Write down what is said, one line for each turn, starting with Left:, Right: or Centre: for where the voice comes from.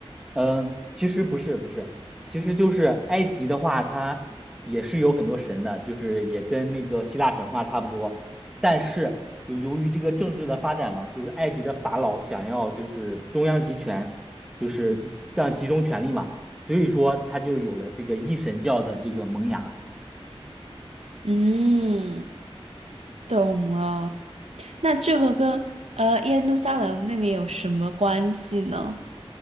Centre: 嗯，其实不是，不是，其实就是埃及的话，它也是有很多神的，就是也跟那个希腊神话差不多。但是，就由于这个政治的发展嘛，就是埃及的法老想要就是中央集权，就是这样集中权力嘛，所以说他就有了这个一神教的这个萌芽。
Right: 嗯，懂了。那这个跟呃耶路撒冷那边有什么关系呢？